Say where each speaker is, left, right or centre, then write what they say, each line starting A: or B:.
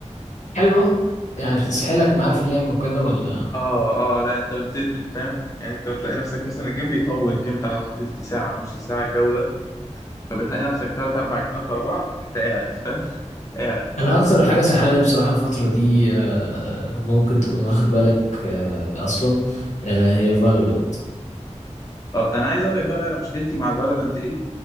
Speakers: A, on the left; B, on the left.
A: حلوة يعني بتسحلك معاه في اللعب وكده ولا
B: اه اه لا انت بتدمن فاهم يعني انت بتلاقي نفسك مثلا الجيم بيطول الجيم بتاع تلت ساعة نص ساعة الجو ده فبتلاقي نفسك تلات أربع جيمات ورا بعض أنت قاعد فاهم <laughs> قاعد
A: انا اكتر حاجة سحلاني بصراحة الفترة دي آه، ممكن تكون واخد بالك آه، اصلا آه، هي فالورنت
B: آه أنا عايز أقول لك بقى أنا مشكلتي مع فالورنت إيه